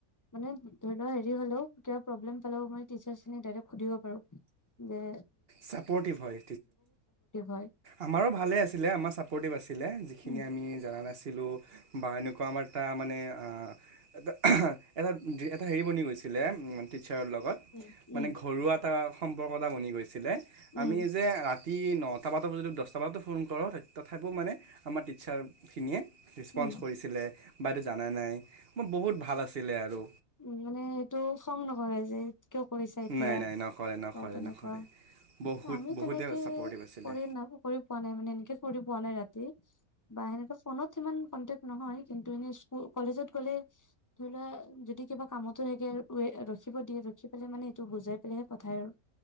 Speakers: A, on the left; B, on the right.
A: মানে ধৰি লও হেৰি হ'লেও কিবা প্ৰব্লেম পালেও মই টিচাৰখিনি ডাইক্ সুধিব পাৰো বে
B: চাপটিভ হয়
A: হয়
B: আমাৰো ভালে আছিলে আমাৰ চাপৰ্টিভ আছিলে <unintelligible> যিখিনি
A: উম
B: আমি জান নাছিল ছিলো বা এনেকুৱা আমাৰ তটা মানে--! <unintelligible> <unintelligible> এটা এটা হেৰি বনি গৈছিলে টিছাৰ লগত
A: উম
B: মানে ঘৰুৱা এটা সম্পৰ্ক এটা বনি গৈছে আমি
A: উম
B: যে ৰাতি ন নটা বজাত যদি দহটা বজাতো ফোন কৰোঁ তথাপিও মানে আমাৰ টিচাৰখিনিয়ে ৰেচপঞ্চ
A: উম
B: কৰিছিলে। বাইদেউ জানা নাই মই বহুত ভাল আছে। ছিলে আৰু।
A: উ মানে এইটো খং নকৰে যে। কিয় কৰিছা এতিয়া
B: নাই নাই নকৰে নকৰে
A: তেনেকুৱা
B: নকৰে বহুত
A: আমি
B: বহুতে
A: তেনেকে
B: ছাপৰ্টিভ আছিলে
A: কৰি ন কৰি পোৱা নাই মানে এনেকে কৰি। পোৱা নাই ৰাতি। বা সেনেকা ফোনত সিমান কন্তেক নহয় কিন্তু এনেই স্কুল কলেজত গ'লে ধৰি লোৱা যদি কিবা কামতো থাকে ৰাখিব দিয়ে ৰাখি পেলে মানে তটো বুজাই পেলাইহে পঠায় আৰু।